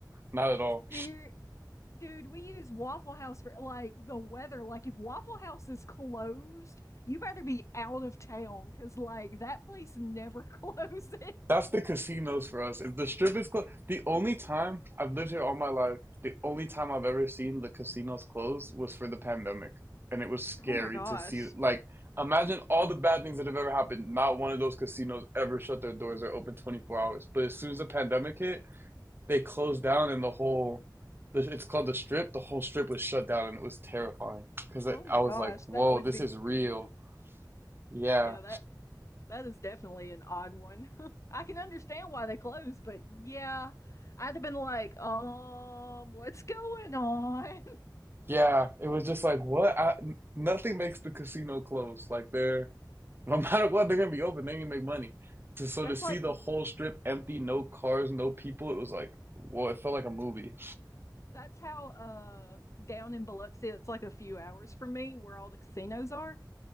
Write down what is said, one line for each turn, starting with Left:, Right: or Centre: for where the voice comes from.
Right: not at all.
Left: Ser Dude, we use Waffle House for like the weather. Like, if Waffle House is closed, you better be out of town because, like, that place never <laughs> closes.
Right: That's the casinos for us. If the strip is closed, the only time I've lived here all my life, the only time I've ever seen the casinos close was for the pandemic, and it was scary
Left: Oh my gosh.
Right: to see. Like imagine all the bad things that have ever happened. Not one of those casinos ever shut their doors or open twenty four hours. But as soon as the pandemic hit, they closed down and the whole it's called the strip the whole strip was shut down and it was terrifying because
Left: Oh
Right: I,
Left: my
Right: I was
Left: gosh,
Right: like
Left: that
Right: whoa
Left: would
Right: this
Left: be
Right: is real
Left: weird. <laughs>
Right: yeah
Left: Yeah, that that is definitely an odd one. <laughs> I can understand why they closed, but yeah, I'd have been like, um, what's going on?
Right: yeah it was just like what I, n- nothing makes the casino close like they're no matter what they're gonna be open they're gonna make money to, so
Left: <laughs>
Right: to
Left: That's
Right: see
Left: like
Right: the whole strip empty no cars no people it was like well, it felt like a movie
Left: that's how uh down in Biloxi, it's like a few hours from me where all the casinos are.